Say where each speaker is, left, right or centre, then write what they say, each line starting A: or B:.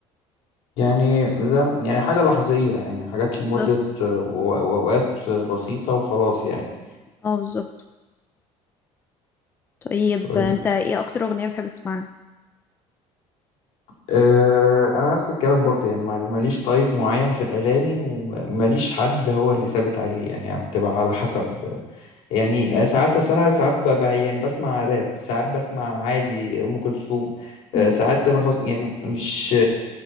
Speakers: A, on the left; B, on the left.
A: يعني زي ما- يعني حاجة لحظية يعني حاجات
B: بالظبط
A: لمدة آه، و- وأوقات آه، بسيطة وخلاص يعني
B: اه بالظبط طيب
A: طيب
B: آه، انت ايه اكتر اغنية بتحب تسمعها
A: آه، أنا نفس الكلام برضه يعني ما- ماليش طيب معين في الأغاني وماليش حد هو اللي ثابت عليه يعني بتبقى على حسب يعني
B: مم.
A: ساعات أصل أنا ساعات ب- ب- يعني بسمع راب ساعات بسمع عادي أم كلثوم
B: مم.
A: آه، ساعات تامر حسني يعني مش